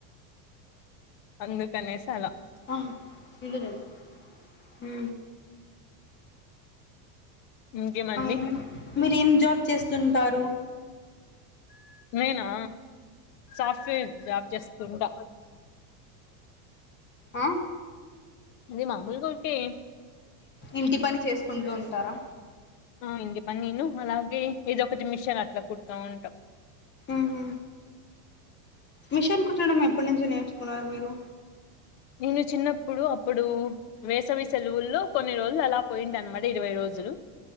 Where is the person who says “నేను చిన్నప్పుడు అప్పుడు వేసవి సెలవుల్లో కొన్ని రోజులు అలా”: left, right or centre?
Left